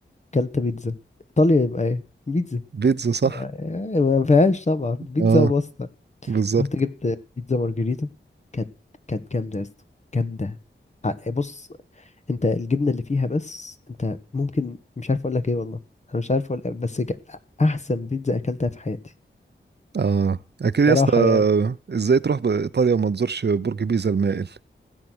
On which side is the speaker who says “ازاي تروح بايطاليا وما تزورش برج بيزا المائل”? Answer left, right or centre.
Right